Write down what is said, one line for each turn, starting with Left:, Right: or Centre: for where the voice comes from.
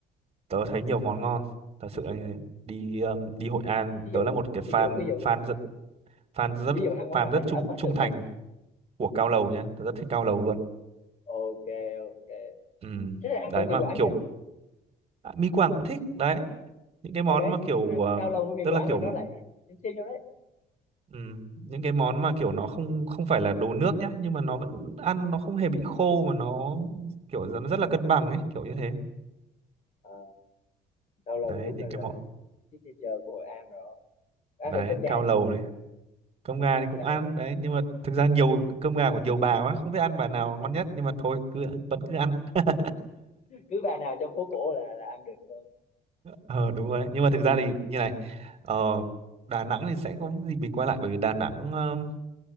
Right: tớ thấy nhiều món ngon thật sự là như thế đi um, đi Hội An
Left: ví
Right: tớ
Left: dụ
Right: là một cái fan
Left: ví dụ ví dụ
Right: fan rất fan rất
Left: ví dụ ăn món
Right: fan
Left: nào
Right: rất
Left: mà
Right: trung
Left: ấn ấn
Right: trung
Left: tượng
Right: thành
Left: vậy
Right: của cao lầu nhá tớ rất thích cao lầu luôn
Left: ok ok
Right: ừ.
Left: thế là ăn
Right: đấy
Left: thử mì
Right: mà
Left: Quảng
Right: kiểu
Left: chưa
Right: à, mi Quảng cũng thích đấy những cái
Left: ở
Right: món
Left: đấy
Right: mà
Left: thì
Right: kiểu
Left: thật
Right: uh,
Left: ra cao lầu với mì
Right: tức
Left: Quảng
Right: là kiểu
Left: là nó lại xem xem nhau đấy
Right: ừ, những cái món mà kiểu nó không không phải là đồ nước nhá nhưng mà nó vẫn ăn nó không hề bị khô mà nó kiểu nó rất là cân bằng ấy kiểu như thế
Left: Ờ, cao lầu
Right: đấy
Left: thì đúng
Right: những
Left: là là
Right: cái món
Left: signature của Hội An rồi ăn
Right: đấy
Left: thử cơm gà
Right: cao lầu
Left: chưa
Right: này cơm gà
Left: cơm
Right: thì cũng
Left: gà
Right: ăn
Left: Hội An
Right: đấy nhưng mà thực ra nhiều cơm gà của nhiều bà quá không biết ăn bà nào ngon nhất nhưng mà thôi cứ vẫn cứ ăn <laughs>
Left: cứ bà nào trong phố cổ là là ăn được luôn
Right: ờ đúng rồi đấy nhưng mà thực ra thì như này ờ, Đà Nẵng thì sẽ có dịp mình quay lại bởi vì Đà Nẵng ờm,